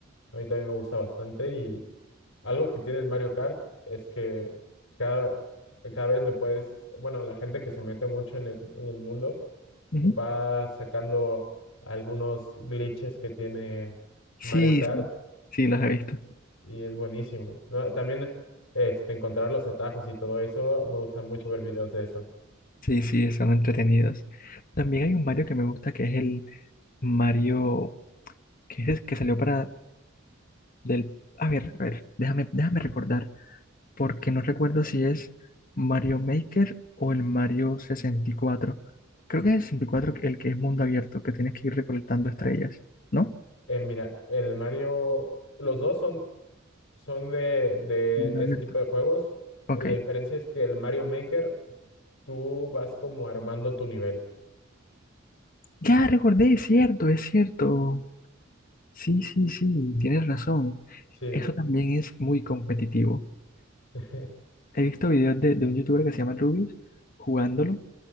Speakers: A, on the left; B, on the left.
A: A mí también me gusta bastante y algo que tiene el Mario Kart es que cada, cada vez le puedes, bueno, la gente que se mete mucho en el, en el mundo
B: Ujú.
A: va sacando algunos glitches que tiene
B: Sí,
A: Mario Kart
B: sí, sí, los he visto.
A: y es buenísimo, ¿no? También este, encontrar los atajos y todo eso, me gustan mucho ver videos de eso.
B: Sí, sí, son entretenidos. También hay un Mario que me gusta que es el Mario que es que salió para del... A ver, a ver, déjame, déjame recordar, porque no recuerdo si es Mario Maker o el Mario 64 Creo que es el 64 el que es mundo abierto, que tienes que ir recolectando estrellas, ¿no?
A: Eh, mira, el Mario, los dos son son de, de
B: Mundo abierto.
A: ese tipo de juegos.
B: Ok.
A: La diferencia es que el Mario Maker, tú vas como armando tu nivel.
B: Ya recordé, es cierto, es cierto. Sí, sí, sí, tienes razón.
A: Sí,
B: Eso también es muy competitivo.
A: <laughs>
B: He visto videos de, de un youtuber que se llama Rubius jugándolo